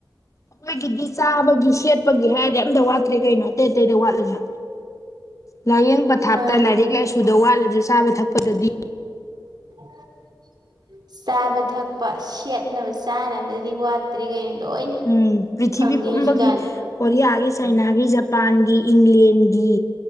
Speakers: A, on the left; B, on the right.
A: ꯑꯈꯣꯏꯒꯤꯗꯤ ꯆꯥꯕꯒꯤ ꯁꯦꯠꯄꯒꯤ ꯍꯥꯏꯔꯗꯤ ꯑꯝꯇ ꯋꯥꯠꯇ꯭ꯔꯦ ꯀꯩꯅꯣ ꯑꯇꯩ ꯑꯇꯩꯗ ꯋꯥꯠꯂꯖꯨ ꯂꯥꯏꯌꯦꯡ ꯄꯊꯥꯞꯇ
B: ꯃꯥꯅꯤ
A: ꯂꯥꯏꯔꯤꯛ ꯂꯥꯏꯁꯨꯗ ꯋꯥꯠꯂꯖꯨ ꯆꯥꯕ ꯊꯛꯄꯗꯗꯤ
B: <unintelligible> ꯆꯥꯕ ꯊꯛꯄ ꯁꯦꯠꯅꯕ ꯆꯥꯅꯕꯗꯗꯤ ꯋꯥꯠꯇ꯭ꯔꯦ ꯀꯩꯅꯣ ꯂꯣꯏꯅ
A: ꯎꯝ ꯄ꯭ꯔꯤꯊꯤꯕꯤ
B: ꯐꯪꯉꯦ
A: ꯄꯨꯝꯕꯒꯤ
B: ꯍꯧꯖꯤꯛꯀꯥꯟꯗꯤ
A: ꯀꯣꯔꯤꯌꯥꯒꯤ ꯆꯥꯏꯅꯥꯒꯤ ꯖꯄꯥꯟꯒꯤ ꯏꯪꯂꯦꯟꯒꯤ